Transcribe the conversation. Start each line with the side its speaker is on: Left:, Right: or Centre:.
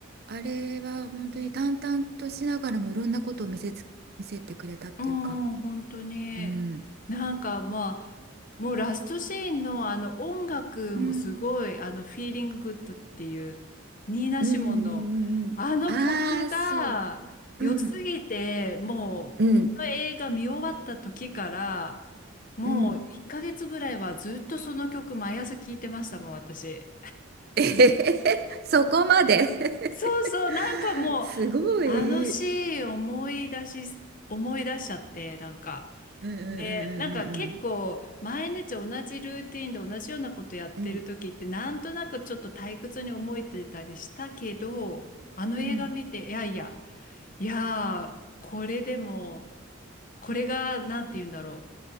Right: あれは本当に淡々としながらもいろんなことを見せつ、見せてくれたっていうか、
Left: うん本当に。
Right: うん、
Left: なんかまあ、もうラストシーンのあの音楽もすごい、
Right: うん、
Left: あの、フィーリンググッドっていう、ニーナ・
Right: うん、
Left: シモンの、
Right: うん、
Left: あの曲が良すぎて、
Right: ああー、そう、うん、
Left: もう、
Right: うん、
Left: あの映画見終わった時から、もう1ヶ月ぐらいはずっとその曲毎朝聴いてましたもん、
Right: うん。
Left: 私。
Right: <laughs> えへへへそこまで <laughs>
Left: そうそう、なんかもう、
Right: すごい。
Left: あのシーン思い出し、
Right: うん
Left: 思い出しちゃって、なんか、
Right: うんうん
Left: ね、なんか結構毎日同じルーティンで同じようなことやってる時ってなんとなくちょっと退屈に思えてたりしたけど、
Right: うんうんうん
Left: あの映画見て、
Right: うんうん
Left: いやいや、いやー、これでも、これが、なんて言うんだろ